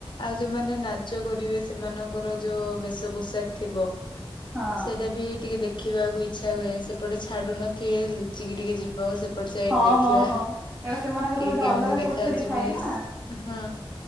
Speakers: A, on the left; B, on the right.
A: ଆଉ ଯୋଉମାନେ ନାଚ କରିବେ ସେମାନଙ୍କର ଯୋଉ ବେଶ ପୋଷାକ ଥିବ
B: ହଁ
A: ସେଇଟା ବି ଟିକେ ଦେଖ ଖିବାକୁ ଇଚ୍ଛା ହୁଏ ସେପଟେ ଛାଡ଼ୁ ନଥିବେ ଲୁଚିକି ଟିକେ ଯିବ ସେପ ପଟ ସାଇଡ
B: ହଁ
A: ଦେଖିବା
B: ହଁ ହଁ କାରଣ ସେମାନଙ୍କର
A: କିଏ
B: ଗୋଟେ
A: କେମିତି
B: ଅଲଗା
A: ଦେଖାଯାଉଛି
B: କୋଠରୀ ଥାଏ
A: ପୁଣି
B: ନା।
A: ହଁ